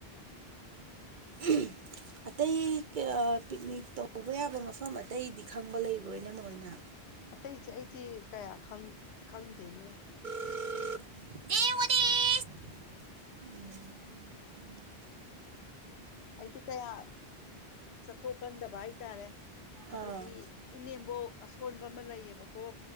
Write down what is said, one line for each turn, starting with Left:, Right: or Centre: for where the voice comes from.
Right: ꯎ <inaudible> ꯑꯇꯩ ꯄꯤꯛꯅꯤꯛ ꯇꯧꯕ ꯌꯥꯕ ꯃꯐꯝ ꯑꯇꯩꯗꯤ ꯈꯪꯕ ꯂꯩꯕ꯭ꯔꯣꯏ ꯏꯅꯝꯃꯍꯣꯏꯅꯥ
Left: ꯑꯇꯩꯁꯦ ꯑꯩꯁꯦ ꯀꯌꯥ ꯈꯪꯗꯦꯅꯦ
Right: ꯅꯦ ꯎꯁ ꯎꯝ
Left: ꯑꯩꯗꯤ ꯀꯌꯥ ꯆꯠꯊꯣꯛꯀꯟꯗꯕ ꯍꯥꯏꯇꯥꯔꯦ ꯑꯩꯈꯣꯏꯗꯤ
Right: ꯑꯥ
Left: ꯏꯅꯦꯝꯕꯣꯛ ꯑꯁꯣꯟꯕ ꯑꯃ ꯂꯩꯌꯦꯕꯀꯣ